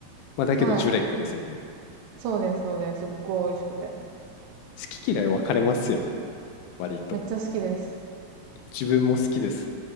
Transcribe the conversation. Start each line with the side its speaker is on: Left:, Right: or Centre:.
Left: まあだけど、
Right: はい。
Left: ジュレックですよね。
Right: そうです、そうです。すっごい美味しくて。
Left: 好き嫌い分かれますよね割と
Right: めっちゃ好きです。
Left: 自分も好きです